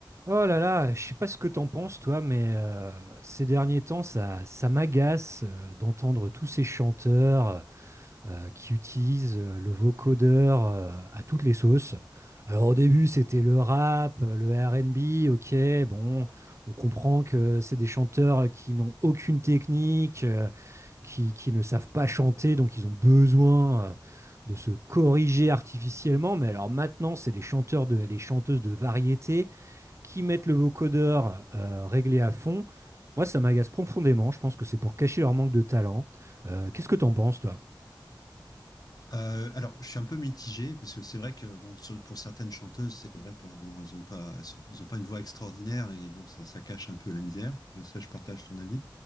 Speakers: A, on the right; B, on the left.
A: Oh là là, je sais pas ce que t'en penses toi, mais euh, ces derniers temps, ça, ça m'agace euh, d'entendre tous ces chanteurs euh, qui utilisent euh, le vocodeur euh, à toutes les sauces. Alors au début, c'était le rap, euh, le R&B, ok, bon, on comprend que c'est des chanteurs qui n'ont aucune technique, euh, qui, qui ne savent pas chanter, donc ils ont besoin euh, de se corriger artificiellement. Mais alors maintenant, c'est les chanteurs de, les chanteuses de variété qui mettent le vocodeur euh, réglé à fond, moi, ça m'agace profondément. Je pense que c'est pour cacher leur manque de talent. Euh, Qu'est-ce que t'en penses, toi
B: Euh, alors, je suis un peu mitigé parce que c'est vrai que bon, sur- pour certaines chanteuses, c'est vrai que bon, elles ont pas, elles sont- elles ont pas une voix extraordinaire et bon, ça, ça cache un peu la misère. Ça, je partage ton avis.